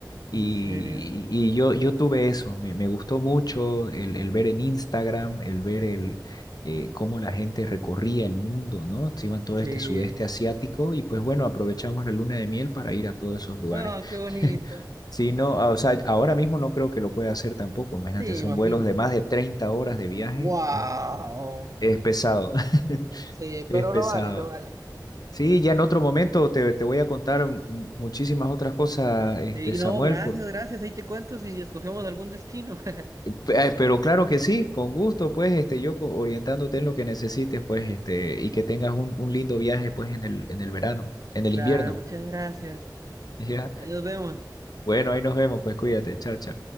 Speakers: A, on the left; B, on the right.
A: Y,
B: ¿En serio?
A: y yo, yo tuve eso, me, me gustó mucho el, el ver en Instagram, el ver el, eh, cómo la gente recorría el mundo, ¿no? Se iban todo
B: Sí.
A: este sudeste asiático y pues bueno, aprovechamos la luna de miel para ir a todos esos lugares.
B: Ah, qué bonito.
A: <laughs> Sí, no, ah, o sea, ahora mismo no creo que lo pueda hacer tampoco, imagínate,
B: Sí,
A: son
B: imagino.
A: vuelos de más de 30 horas de viaje,
B: Wow.
A: es, es pesado, <laughs>
B: Sí,
A: es
B: pero
A: pesado.
B: lo vale, lo vale.
A: Sí, ya en otro momento te, te voy a contar mu- muchísimas otras cosas, este,
B: Sí,
A: Samuel,
B: no, gracias, gracias. Ahí te cuento si escogemos algún destino. <laughs>
A: Pe- ay, Pero claro que sí, con gusto, pues, este, yo co- orientándote en lo que necesites, pues, este, y que tengas un, un lindo viaje, pues, en el, en el verano, en el
B: Claro,
A: invierno.
B: muchas gracias.
A: <laughs> ¿ya?
B: Ahí nos vemos.
A: Bueno, ahí nos vemos, pues, cuídate, chao, chao.